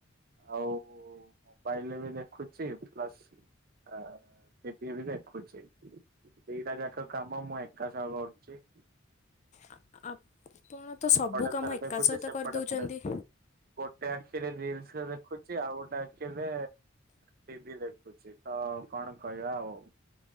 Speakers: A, on the right; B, on the left.
A: ଆଉ ମୋବାଇଲି ବି ଦେଖୁଚି ପ୍ଲସ୍ ଆ ଟିଭି ବି ଦେଖୁଛି। ଦିଇଟା ଯାକ କାମ ମୁଁ ଏକା ସହ କରୁଚି।
B: ଆ-ଆପଣ ତ ସବୁ
A: ଏପଟେ
B: କାମ
A: ଥରେ
B: ଏକା
A: ଦେଖୁଛି
B: ସହିତ
A: ସେପଟେ
B: କରି ଦୋଉଚନ୍ତି।
A: ଥରେ ଗୋଟେ ଆଖିରେ ରିଲସରେ ଦେଖୁଚି ଆଉ ଗୋଟେ ଆଖିରେ ଟିଭି ଦେଖୁଚି ତ କଣ କହିବା ଆଉ।